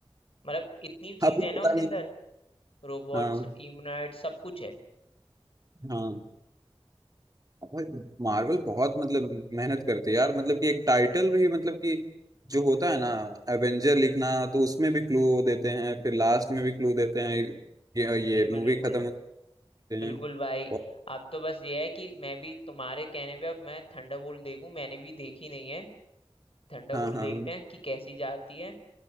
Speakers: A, on the left (about 65°); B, on the right (about 35°).
A: मतलब इतनी
B: अभी
A: चीजें हैं ना
B: पता
A: उसके
B: नहीं
A: अंदर रोबोट्स
B: हाँ
A: इम्यूनॉइड सब कुछ है
B: हाँ भाई मार्वल बहुत मतलब मेहनत करती है यार मतलब कि एक टाइटल भी मतलब कि जो होता है ना एवेंजर लिखना तो उसमें भी क्लू देते हैं फिर लास्ट में भी क्लू देते हैं ये ये
A: बिल्कुल
B: मूवी
A: बिल्कुल
B: खत्म होते हैं
A: बिल्कुल भाई
B: बहुत-
A: अब तो बस ये है कि मैं भी तुम्हारे कहने पे अब मैं थंडरबोल्ट देखूं मैंने भी देखी नहीं है थंडरबोल्ट
B: हाँ हाँ
A: देखते हैं कि कैसी जाती है